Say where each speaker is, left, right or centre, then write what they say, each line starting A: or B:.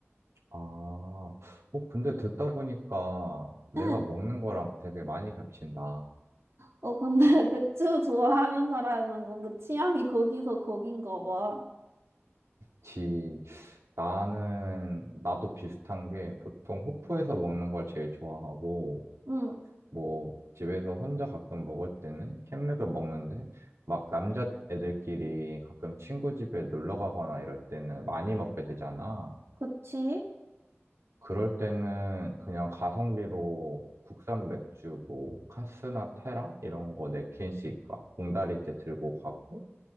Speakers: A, on the right; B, on the right.
A: 아, 어, 근데 듣다 보니까 내가
B: 응.
A: 먹는 거랑 되게 많이 겹친다.
B: 어, 근데 <laughs> 맥주 좋아하는 사람은 뭔가 취향이 거기서 거긴가 봐.
A: 지, 나는, 나도 비슷한 게 보통 호프에서 먹는 걸 제일 좋아하고,
B: 응,
A: 뭐, 집에서 혼자 가끔 먹을 때는 캔맥을 먹는데, 막 남자애들끼리 가끔 친구 집에 놀러 가거나 이럴 때는 많이 먹게 되잖아.
B: 그치?
A: 그럴 때는 그냥 가성비로 국산 맥주 뭐 카스나 테라 이런 거 네 캔씩 막 봉다리째 들고 가고